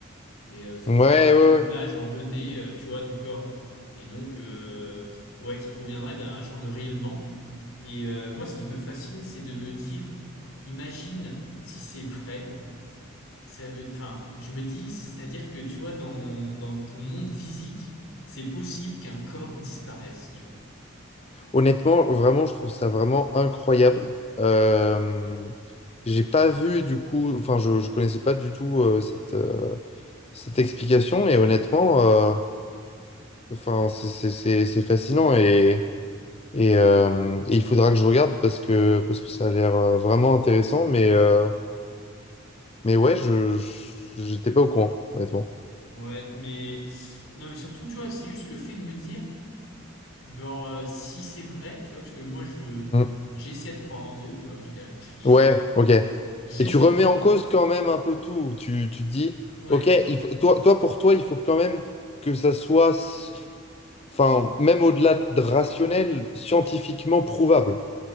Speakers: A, on the left; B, on the left.
A: Et euh, sauf
B: Ouais,
A: qu'on
B: ouais,
A: a vu une image
B: ouais.
A: en 2D, euh, tu vois, du corps. Et donc, euh, ouais, qui proviendrait d'un genre de rayonnement. Et euh, moi, ce qui me fascine, c'est de me dire, imagine si c'est vrai. Ça veut, enfin, je me dis, c'est-à-dire que tu vois, dans, dans ton monde physique, c'est possible qu'un corps disparaisse, tu vois.
B: Honnêtement, vraiment, je trouve ça vraiment incroyable. Euh, j'ai pas vu du coup, enfin, je, je connaissais pas du tout euh, cette, euh, cette explication et honnêtement, euh, enfin, c'est c'est- c'est- c'est fascinant et, et, euh, et il faudra que je regarde parce que, parce que ça a l'air euh, vraiment intéressant, mais euh, Mais ouais, je je- j'étais pas au courant, honnêtement.
A: Ouais, mais non, mais surtout, tu vois, c'est juste le fait de me dire, genre, euh, si c'est vrai, tu vois, parce que moi, je
B: Mm.
A: j'essaie de croire en Dieu, tu vois, je dirais, <laughs> je
B: Ouais,
A: dirais-
B: ok.
A: j'essaie
B: Et tu remets
A: de croire,
B: en cause quand même un peu tout. Tu, tu te dis,
A: ouais,
B: ok, il faut, toi, toi, pour toi, il faut quand même que ça soit, s- enfin, même au-delà de rationnel, scientifiquement prouvable,